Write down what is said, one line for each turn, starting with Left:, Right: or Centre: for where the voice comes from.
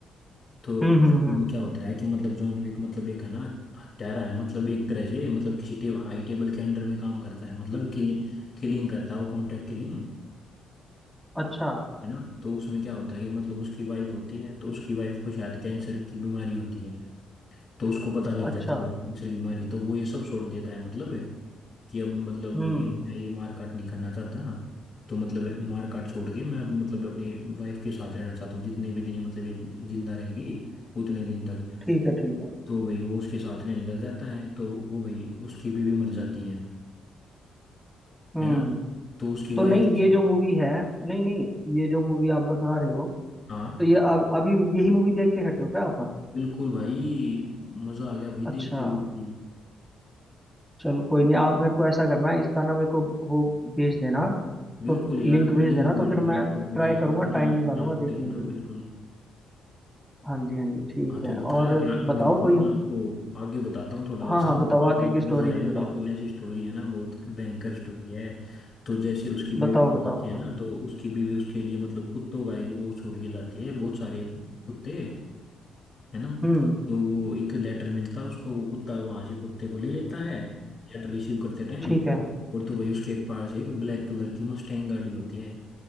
Left: तो
Centre: हम्म
Left: उसमें
Centre: हम्म हम्म,
Left: क्या होता है कि मतलब जॉन विक मतलब एक है ना हत्यारा है मतलब एक तरह से मतलब किसी टे, हाई टेबल के अंडर में काम करता है मतलब किलिंग करता है वो कॉन्ट्रैक्ट किलिंग
Centre: अच्छा
Left: है ना तो उसमें क्या होता है कि मतलब उसकी वाइफ होती है तो उसकी वाइफ को शायद कैंसर की बीमारी होती है तो उसको पता लग
Centre: अच्छा
Left: जाती है भाई कैंसर की बीमारी तो वो ये सब छोड़ देता है मतलब है कि अब मतलब
Centre: हम्म
Left: भाई मैं ये मार काट नहीं करना चाहता तो मतलब मार काट छोड़ के मैं अब मतलब अपनी वाइफ के साथ रहना चाहता हूँ जितने भी दिन ये मतलब ये जिंदा रहेगी उतने दिन तक
Centre: ठीक है ठीक है
Left: तो भाई वो उसके साथ रहने लग जाता है तो वो भाई उसकी बीवी मर जाती है
Centre: हम्म
Left: है ना तो उसकी
Centre: तो
Left: वाइफ
Centre: नहीं ये जो मूवी है नहीं नहीं ये जो मूवी आप बता रहे हो
Left: हाँ
Centre: तो ये अब अभी यही मूवी देख के हटे हो क्या आप
Left: बिल्कुल भाई मजा आ गया भाई
Centre: अच्छा
Left: देख के बिल्कुल
Centre: चलो कोई नहीं आप मेरे को ऐसा करना इसका ना मेरे को वो भेज देना
Left: बिल्कुल
Centre: तो
Left: यार
Centre: लिंक
Left: मैं
Centre: भेज
Left: लिंक
Centre: देना
Left: भेजूंगा
Centre: तो फिर मैं
Left: आपको पूरा
Centre: ट्राई करूंगा
Left: दिखना
Centre: टाइम
Left: आप
Centre: निकालूंगा
Left: शाम को
Centre: देखने
Left: देखना
Centre: के लिए
Left: बिल्कुल
Centre: हाँ जी हाँ जी ठीक
Left: हाँ
Centre: है
Left: तो बताया
Centre: और
Left: क्या आगे
Centre: बताओ
Left: बताऊँ
Centre: कोई
Left: मैं आपको आगे बताता हूँ थोड़ा
Centre: हाँ हाँ
Left: सुनो
Centre: बताओ
Left: तो आप
Centre: आगे
Left: आपको
Centre: की स्टोरी
Left: मजा
Centre: भी
Left: आएगा
Centre: बताओ
Left: बिल्कुल ऐसी स्टोरी है ना बहुत भयंकर स्टोरी है तो जैसे उसकी बीवी
Centre: बताओ
Left: मर
Centre: बताओ
Left: जाती है ना तो उसकी बीवी उसके लिए मतलब कुत्तों का एक वो छोड़ के जाती है बहुत सारे कुत्ते है ना
Centre: हम्म
Left: तो वो एक लेटर मिलता है उसको वो कुत्ता वहां से कुत्ते को ले लेता है लेटर रिसीव करते टाइम
Centre: ठीक है
Left: और तो भाई उसके एक पास एक ब्लैक कलर की मस्टैंग गाड़ी होती है